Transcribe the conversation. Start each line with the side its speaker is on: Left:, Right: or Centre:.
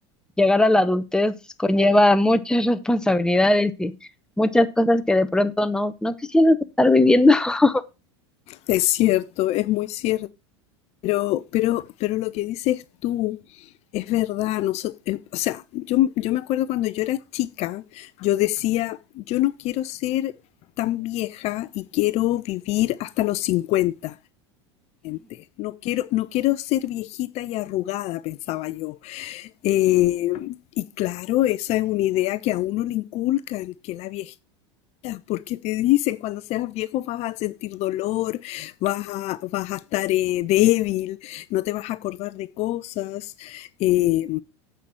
Centre: llegar a la adultez conlleva muchas <laughs> responsabilidades y muchas cosas que de pronto no, no quisieras estar viviendo. <laughs>
Left: Es cierto, es muy cierto, pero, pero, pero lo que dices tú es verdad. noso- eh, o sea, yo, yo me acuerdo cuando yo era chica, yo decía, yo no quiero ser tan vieja y quiero vivir hasta los 50 gente. No quiero, no quiero ser viejita y arrugada, pensaba yo. Eh, y claro, esa es una idea que a uno le inculcan, que la viejita, porque te dicen, cuando seas viejo vas a sentir dolor, vas a, vas a estar eh, débil, no te vas a acordar de cosas, eh,